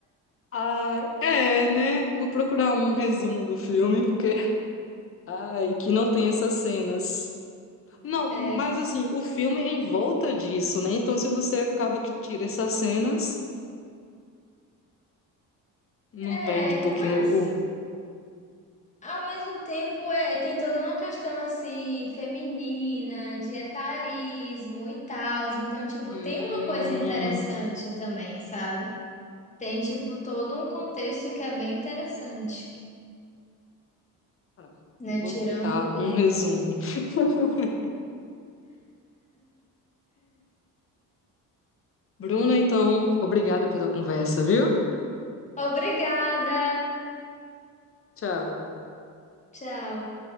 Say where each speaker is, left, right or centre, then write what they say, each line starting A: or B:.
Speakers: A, on the left; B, on the left.
A: Ah, é, né? Vou procurar um resumo do filme, porque. Ai, que não tem essas cenas. Não,
B: É,
A: mas assim, o filme é em volta disso, né? Então, se você acaba que tira essas cenas, não
B: é,
A: perde um pouquinho
B: mas
A: o.
B: ao mesmo tempo é, tem toda uma questão assim feminina, de etarismo e tal. Então, tipo,
A: Hum...
B: tem uma coisa interessante também, sabe? Tem, tipo, todo um contexto que é bem interessante,
A: ah,
B: né?
A: Vou
B: Tirando
A: tentar
B: o...
A: um resumo.
B: o-
A: <laughs> Bruna, então, obrigada pela conversa, viu?
B: Obrigada!
A: Tchau.
B: Tchau!